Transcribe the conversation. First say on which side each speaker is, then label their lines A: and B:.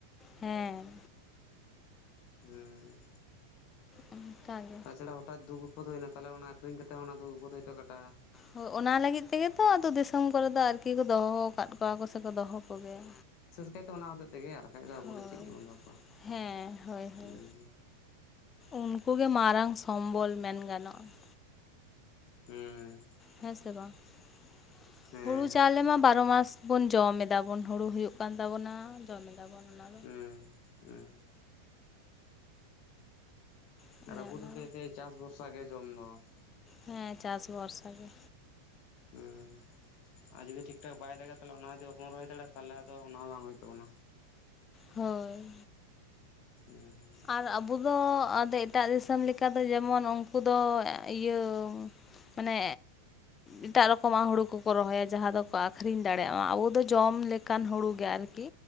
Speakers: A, on the left; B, on the left.
A: ᱦᱮᱸ
B: ᱦᱩᱸ
A: ᱚᱱᱠᱟ ᱜᱮ
B: ᱛᱟ ᱪᱷᱟᱲᱟ ᱦᱚᱴᱟᱛ ᱫᱩᱠᱷ ᱵᱤᱯᱚᱫᱽ ᱦᱩᱭᱮᱱᱟ ᱛᱟᱦᱚᱞ ᱚᱱᱟ ᱟᱠᱷᱨᱤᱧ ᱠᱟᱛᱮ ᱦᱚᱸ ᱚᱱᱟ ᱫᱩᱠᱷ ᱵᱤᱯᱚᱫᱽ ᱦᱳᱭᱛᱚ ᱠᱟᱴᱟᱼᱟ᱾
A: ᱦᱳ ᱚᱱᱟ ᱞᱟᱹᱜᱤᱫ ᱛᱮᱜᱮ ᱛᱚ ᱟᱫᱳ ᱫᱤᱥᱚᱢ ᱠᱚᱨᱮ ᱫᱚ ᱟᱨᱠᱤ ᱠᱚ ᱫᱚᱦᱚ ᱟᱠᱟᱫ ᱠᱚᱣᱟ ᱠᱚ ᱥᱮ ᱠᱚ ᱫᱚᱦᱚ ᱠᱚᱜᱮᱭᱟ᱾
B: ᱦᱳᱭ ᱛᱚ ᱚᱱᱟ ᱦᱚᱛᱮᱫ ᱛᱮᱜᱮ ᱟᱨ ᱵᱟᱠᱷᱟᱡ ᱫᱚ ᱟᱵᱚ
A: ᱦᱳᱭ
B: ᱫᱚ ᱪᱮᱫ ᱞᱟᱹᱜᱤᱫ ᱵᱚᱱ ᱫᱚᱦᱚ ᱠᱚᱣᱟ
A: ᱦᱮᱸ
B: ᱾
A: ᱦᱳᱭ ᱦᱳᱭ
B: ᱦᱩᱸ
A: ᱩᱱᱠᱩ ᱜᱮ ᱢᱟᱨᱟᱝ ᱥᱚᱢᱵᱚᱞ ᱢᱮᱱ ᱜᱟᱱᱚᱜᱼᱟ ᱾
B: ᱦᱩᱸ
A: ᱦᱮᱸ ᱥᱮ ᱵᱟᱝ ᱾
B: ᱦᱮᱸ
A: ᱦᱩᱲᱩ ᱪᱟᱣᱞᱮ ᱢᱟ ᱵᱟᱨᱚ ᱢᱟᱥᱼᱼ ᱵᱚᱱ ᱡᱚᱢ ᱮᱫᱟ ᱵᱚᱱ ᱦᱩᱲᱩ ᱦᱩᱭᱩᱜ ᱠᱟᱱ ᱛᱟᱵᱚᱱᱟ ᱡᱚᱢ ᱮᱫᱟ ᱵᱚᱱ ᱚᱱᱟᱼᱼ
B: ᱦᱩᱸ ᱦᱩᱸ
A: ᱚᱱᱮ
B: ᱟᱨ ᱟᱵᱚ
A: ᱚᱱᱟ
B: ᱫᱚ ᱥᱮᱭ ᱥᱮ ᱪᱟᱥ ᱵᱷᱚᱨᱥᱟ ᱜᱮ ᱡᱚᱢ ᱫᱚ ᱾
A: ᱦᱮᱸ ᱪᱟᱥ ᱵᱷᱚᱨᱥᱟ ᱜᱮ᱾
B: ᱦᱩᱸ ᱟᱨ ᱡᱩᱫᱤ ᱴᱷᱤᱠ ᱴᱷᱟᱠ ᱵᱟᱭ ᱫᱟᱜᱟ ᱛᱟᱦᱞᱮ ᱚᱱᱟ ᱡᱩᱫᱤ ᱵᱟᱵᱚᱱ ᱨᱚᱦᱚᱭ ᱫᱟᱲᱮᱭᱟᱜᱼᱟ ᱛᱟᱦᱞᱮ ᱟᱫᱚ ᱚᱱᱟ ᱦᱚᱸ ᱵᱟᱝ ᱦᱩᱭᱩᱜ ᱛᱟᱵᱚᱱᱟ᱾
A: ᱦᱳᱭ
B: ᱦᱩᱸ
A: ᱟᱨ ᱟᱵᱚ ᱫᱚ ᱟᱫᱚ ᱮᱴᱟᱜ ᱫᱤᱥᱚᱢ ᱞᱮᱠᱟ ᱫᱚ ᱡᱮᱢᱚᱱ ᱩᱝᱠᱩ ᱫᱚ ᱤᱭᱟᱹᱼᱼ ᱢᱟᱱᱮᱼᱼ ᱮᱴᱟᱜ ᱨᱚᱠᱚᱢᱟᱜ ᱦᱩᱲᱩ ᱠᱚᱠᱚ ᱨᱚᱦᱚᱭᱟ ᱡᱟᱦᱟᱸ ᱫᱚᱠᱚ ᱟᱠᱷᱨᱤᱧ ᱫᱟᱲᱮᱭᱟᱜ ᱢᱟ᱾ ᱟᱵᱚ ᱫᱚ ᱡᱚᱢ ᱞᱮᱠᱟᱱ ᱦᱩᱲᱩ ᱜᱮ ᱟᱨᱠᱤ᱾